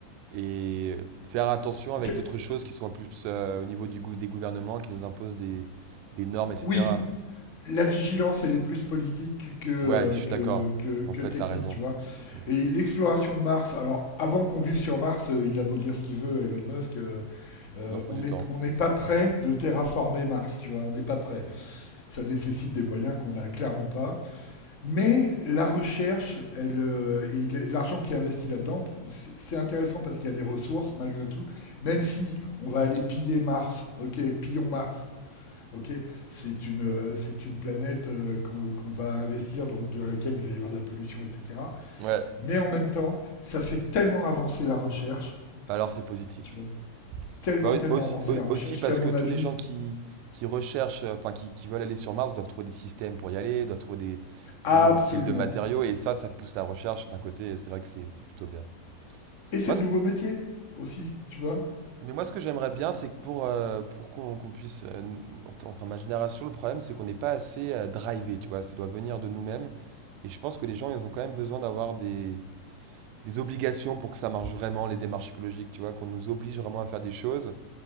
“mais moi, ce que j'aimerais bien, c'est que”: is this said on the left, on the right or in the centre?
Right